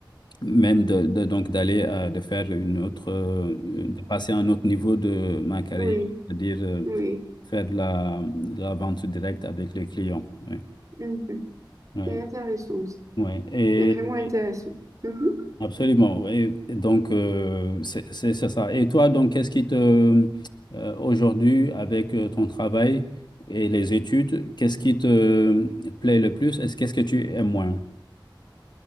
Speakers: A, on the left; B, on the right.
A: même de, de- donc d'aller à- de faire une autre, euh, de passer à un autre niveau de ma carrière,
B: Oui,
A: c'est-à-dire euh,
B: oui.
A: faire de la, de la vente directe avec les clients. Oui,
B: Mhm.
A: oui,
B: C'est intéressant. ça.
A: oui.
B: C'est vraiment intéressant. Mhm.
A: Absolument. Et et donc, euh, c'est c'est- c'est ça. Et toi, donc, qu'est-ce qui te, euh, aujourd'hui, avec euh, ton travail et les études, qu'est-ce qui te euh, plaît le plus? Est-ce qu'est-ce que tu aimes moins?